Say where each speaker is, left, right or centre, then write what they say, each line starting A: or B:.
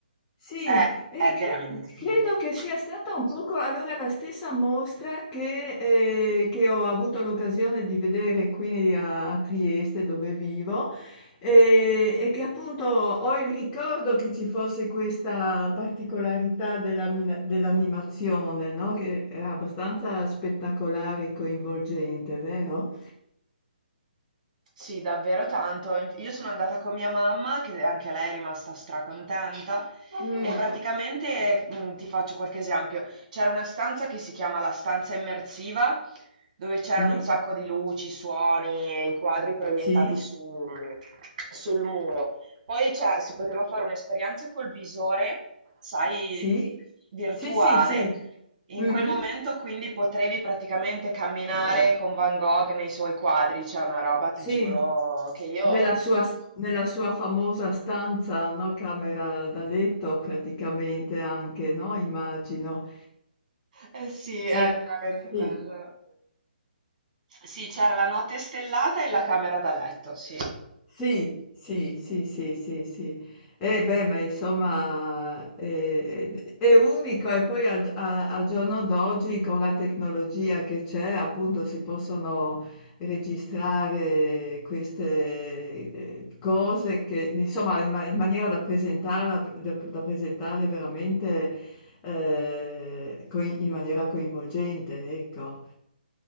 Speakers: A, on the left; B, on the right.
A: Sì,
B: Eh,
A: e
B: è
A: cre-
B: veramente figo.
A: credo che sia stata un poco allora la stessa mostra che, eh, che ho avuto l'occasione di vedere qui a, a Trieste dove vivo e, e che appunto ho il ricordo che ci fosse questa particolarità della mina- dell'animazione, no? Che era abbastanza spettacolare e coinvolgente, vero?
B: Sì, davvero tanto. In- Io sono andata con mia mamma, che anche lei è rimasta stracontenta,
A: Mm.
B: e praticamente mm, ti faccio qualche esempio. C'era una stanza che si chiama la stanza immersiva, dove c'erano
A: Sì,
B: un sacco di luci, suoni e i quadri proiettati
A: sì,
B: su- mm, sul muro. Poi cioè, si poteva fare un'esperienza col visore, sai,
A: sì,
B: virtuale.
A: sì, sì, sì.
B: In
A: Mhm.
B: quel momento quindi potevi praticamente camminare con Van Gogh nei suoi quadri, c'è una roba, ti
A: Sì.
B: giuro, che io... <laughs>
A: Nella sua s nella sua famosa stanza, no, camera da letto praticamente anche, no, immagino.
B: Eh sì, è
A: Sei
B: veramente bello.
A: sì.
B: Sì, c'era la notte stellata e la camera da letto, sì,
A: Sì, sì, sì, sì, sì, sì. Eh beh, ma insomma eh, eh, è, unico e poi al, a- al giorno d'oggi con la tecnologia che c'è, appunto, si possono registrare queste eh, cose che, insomma, in, ma- in maniera da presentarla, da, da presentarle veramente eh, coi- in maniera coinvolgente, ecco.